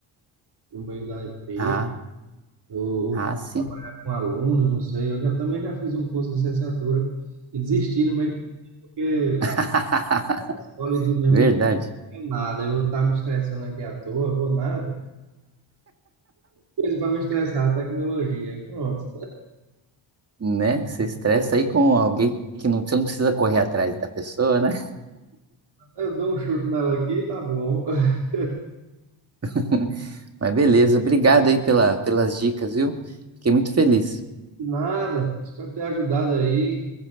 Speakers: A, on the right (about 55°); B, on the right (about 30°).
A: no meio da empresa,
B: Ah,
A: ou,
B: ah,
A: ou
B: sim.
A: trabalhar com alunos, não sei. Eu já, também já fiz um curso de licenciatura e desisti no meio, porque
B: <laughs>
A: a escola eu digo mesmo,
B: Verdade.
A: não é nada, eu vou estar me estressando aqui à toa, vou nada. Coisa para me estressar, tecnologia, pronto.
B: né? Você estressa aí com alguém que não, você não precisa correr atrás da pessoa, né?
A: Eu dou um chute nela aqui, tá bom. <laughs>
B: <laughs> Mas beleza, obrigado aí pela, pelas dicas, viu? Fiquei muito feliz.
A: Nada, espero ter ajudado aí.